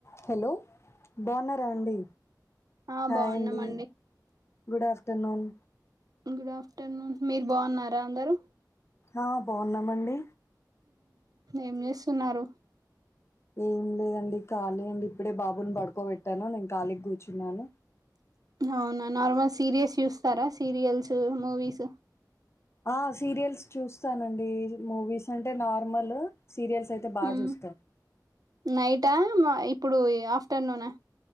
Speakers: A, on the left; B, on the right.
A: Hello బావున్నారా అండి
B: ఆ
A: హాయ్
B: బాగున్నామండి
A: అండి గుడ్ ఆఫ్టర్నూన్
B: గుడ్ ఆఫ్టర్నూన్ మీరు బావున్నారా అందరు
A: ఆ బాగున్నామండి
B: ఏం చేస్తున్నారు
A: ఏం లేదండి ఖాళీ అండి ఇప్పుడే బాబుని పడుకోబెట్టాను నేను ఖాళీకి కూర్చున్నాను
B: అవునా నార్మల్ సీరియల్స్ చూస్తారా సీరియల్స్ మూవీస్
A: ఆ సీరియల్స్ చూస్తానండి మూవీస్ అంటే నార్మల్ సీరియల్స్ అయితే బాగా
B: మ్
A: చూస్తాారు
B: నైటా ఇప్పుడు ఆఫ్టర్నూనా